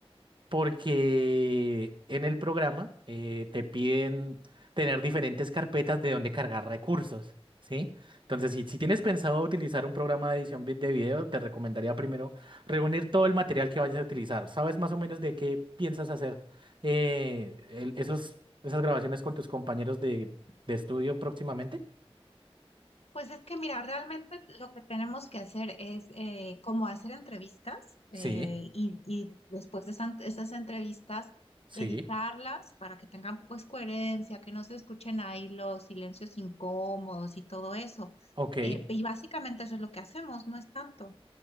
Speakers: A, on the right; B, on the left.
A: porque en el programa eh, te piden tener diferentes carpetas de donde cargar recursos, ¿sí? Entonces, si, si tienes pensado utilizar un programa de edición vi- de video, te recomendaría primero reunir todo el material que vayas a utilizar. ¿Sabes más o menos de qué piensas hacer eh, el- esos, esas grabaciones con tus compañeros de, de estudio próximamente?
B: Pues es que mira, realmente lo que tenemos que hacer es eh, como hacer entrevistas
A: Sí,
B: eh, y, y después de esas, esas entrevistas
A: sí.
B: editarlas para que tengan pues coherencia, que no se escuchen ahí los silencios incómodos y todo eso.
A: Ok.
B: Eh, y básicamente eso es lo que hacemos, no es tanto.